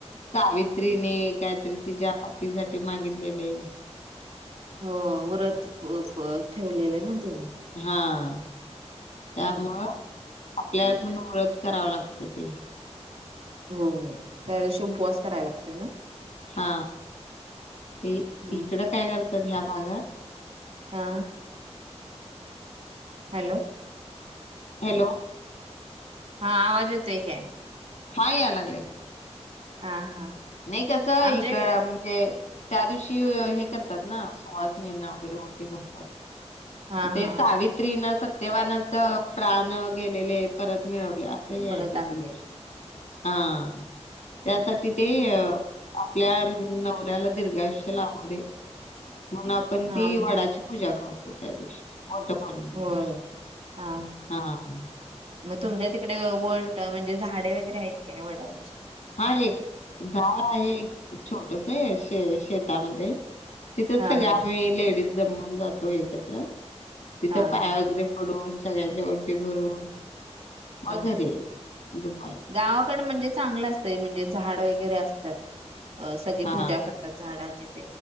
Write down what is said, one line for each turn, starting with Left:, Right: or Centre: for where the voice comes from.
Left: सावित्रीने काहीतरी तिच्या पतीसाठी मागितलेले
Right: हो व्रत व्रत ठेवलेल ना तिने
Left: हा.
Right: हम्म.
Left: त्यामुळं आपल्याला पण व्रत करावं लागत ते.
Right: हो हो त्या दिवशी उपवास कराय लागतोय ना
Left: हा. इ
Right: हम्म.
Left: इकडं काय कर तर ह्या भागात
Right: हा.
Left: <inaudible>
Right: हॅलो.
Left: हॅलो.
Right: हा, आवाज येतोय काय?
Left: हा यायला लागलाय की
Right: हा हा.
Left: नाही कसं
Right: आमच्या
Left: इक
Right: इकडे
Left: म्हणजे त्या दिवशी हे करतात ना सुवासिनींना वगैरे ओंटी भरतात.
Right: हा
Left: ते
Right: हा
Left: सावित्री न सत्य सत्यवानाच प्राण गेलेले परत मिळवल्या अस हे आहे
Right: परत
Left: त्याची
Right: आणले
Left: गोष्ट हा त्यासाठी ते आपल्या नवऱ्याला दीर्घा आयुष्य लाभू दे म्हणून आपण
Right: हा
Left: ती वडाची पूजा करतो. त्या दिवशी- वटपौर्णिमे
Right: होय
Left: दिवशी
Right: हा हा.
Left: ह-
Right: मग तुमच्या तिकडे वट म्हणजे झाडे वगैरे आहेत काय वडांची-
Left: हा एक झाड आहे एक छोटसय शे शेतामध्ये - तिथंच
Right: हा
Left: सगळ
Right: हा
Left: आम्ही लेडीज- जमून जातो एकत्र - तिथं
Right: हा
Left: पाय
Right: हा
Left: वगैरे पडून- सगळ्यांच्या ओटी भरून- मग
Right: हा.
Left: घरी यायचं दुपारी -
Right: गावाकड म्हणजे चांगलं असतंय म्हणजे झाड वगैरे असतात. अ सगळी
Left: हा
Right: पूजा करतात झाडाची-